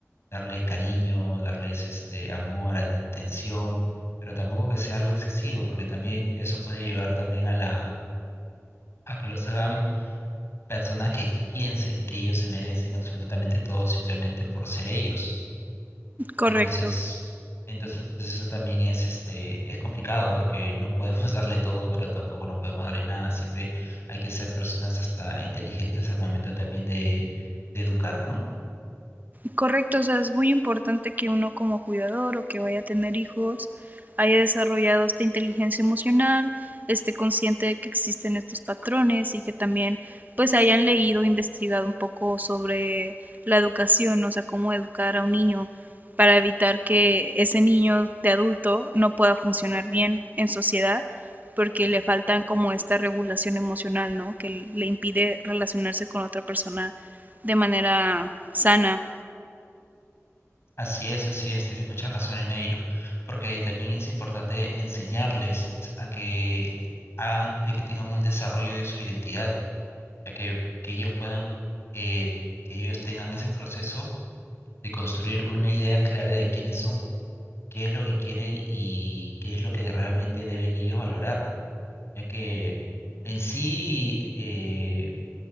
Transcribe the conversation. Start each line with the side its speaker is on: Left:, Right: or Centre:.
Left: darles cariño, darles este, amor, atención pero tampoco que sea algo excesivo, porque también eso puede llevar también a la, a que los hagan personas que piensen que ellos se merecen absolutamente todo simplemente por ser ellos.
Right: Correcto.
Left: Entonces, entonces eso también es este, es complicado porque no podemos <laughs> darle todo, pero tampoco no podemos darle nada. Siempre hay que ser personas hasta inteligentes al momento también de, de educar, ¿no?
Right: Correcto, o sea, es muy importante que uno como cuidador o que vaya a tener hijos haya desarrollado esta inteligencia emocional, esté consciente de que existen estos patrones y que también pues hayan leído, investigado un poco sobre la educación, o sea, cómo educar a un niño para evitar que ese niño de adulto no pueda funcionar bien en sociedad porque le faltan como esta regulación emocional, ¿no? Que le impide relacionarse con otra persona de manera sana
Left: Así es, así es, tienes mucha razón en ello, porque también es importante enseñarles a que, a- de que tengan un desarrollo de su identidad, ya que, que ellos puedan, eh, que ellos tengan ese proceso de construir una idea clara de quiénes son, qué es lo que quieren y qué es lo que realmente deben ellos valorar, ya que en sí eh,